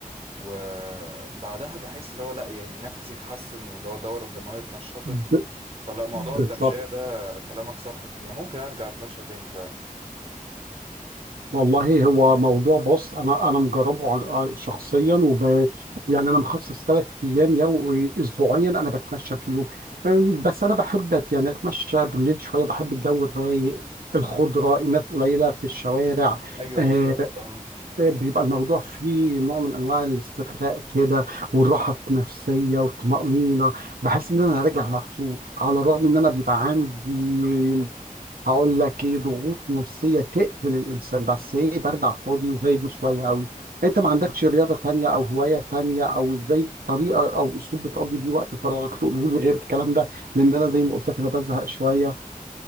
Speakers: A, on the right; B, on the right.
A: وبعدها بحس اللي هو لا يعني نفسي اتحسن واللي هو الدورة الدموية اتنشطت
B: ب-
A: فلا موضوع
B: بالظبط
A: التمشية ده كلامك صح فيها ممكن ارجع اتمشى تاني فعلا
B: والله هو موضوع بص انا انا مجربه عن- عن- شخصيا وب... يعني انا مخصص ثلاث ايام يو اسبوعيا انا بتمشى فيهم أم، بس انا بحب أت- يعني اتمشى بالليل شويه بحب الجو الرايق الخضره الناس قليله في الشوارع
A: ايوه
B: آه
A: بالظبط اه
B: آه، بيبقى الموضوع فيه نوع من انواع الاسترخاء كده والراحه النفسيه والطمانينه بحس ان انا راجع مبسوط على الرغم ان انا بيبقى عندي هقول لك ايه ضغوط نفسيه تقتل الانسان بس ايه برجع فاضي وهادي شويه قوي انت ما عندكش رياضه تانية او هوايه تانية او ازاي طريقه او اسلوب بتقضي بيه وقت فراغك تقوله لي غير الكلام ده لان انا زي ما قلت لك انا بزهق شويه